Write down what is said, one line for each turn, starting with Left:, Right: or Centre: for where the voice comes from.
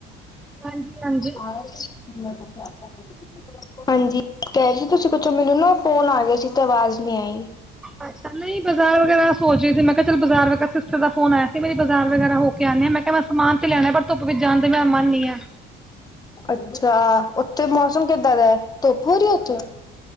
Centre: ਹਾਂਜੀ-ਹਾਂਜੀ
Left: <unintelligible> ਹਾਂਜੀ, ਕਹਿ ਰਹੇ ਸੀ। ਤੁਸੀਂ ਪੁੱਛੋ ਮੈਨੂੰ ਨਾ ਫੋਨ ਆ ਗਿਆ ਸੀ ਤੇ ਆਵਾਜ਼ ਨਹੀਂ ਆਈ।
Centre: ਅੱਛਾ, ਨਹੀਂ ਬਾਜ਼ਾਰ ਵਗੈਰਾ ਸੋ ਰਹੀ ਸੀ। ਮੈਂ ਕਿਹਾ ਚਲ ਬਾਜ਼ਾਰ ਵਗੈ ਸਿਸਟਰ ਫੋਨ ਆਇਆ ਸੀ। ਮੇਰੀ ਬਾਜ਼ਾਰ ਵਗੈਰਾ ਹੋ ਕੇ ਆਂਣੇ ਆ ਮੈਂ ਕਿਹਾ ਮੈ ਸਮਾਨ ਚ ਲੈਣਾ ਪਰ ਧੁੱਪ ਵਿੱਚ ਜਾਣ ਤੇ ਮੇਰਾ ਮਨ ਨੀ ਆ।
Left: ਅੱਛਾ, ਉੱਥੇ ਮੌਸਮ ਕਿੱਦਾਂ ਦਾ ਐ ਧੁੱਪ ਹੋ ਰਹੀ ਹੈ ਉੱਥੇ